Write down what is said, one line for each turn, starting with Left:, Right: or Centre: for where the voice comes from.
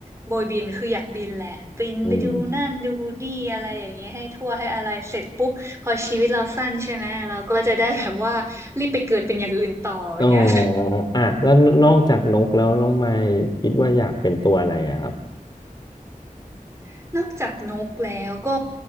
Right: โบยบินคืออยากบินแหละบินไปดูนั่นดูนี่อะไรอย่างเงี้ยให้ทั่วให้อะไรเสร็จปุ๊บพอชีวิตเราสั้นใช่ไหมเราก็จะได้แบบว่ารีบไปเกิดเป็นอย่างอื่นต่ออย่างเงี้ย
Left: อืมอ๋ออ่ะแล้วนอกจากนกแล้วน้องไมค์คิดว่าอยากเป็นตัวอะไรอะครับ
Right: <laughs> นอกจากนกแล้วก็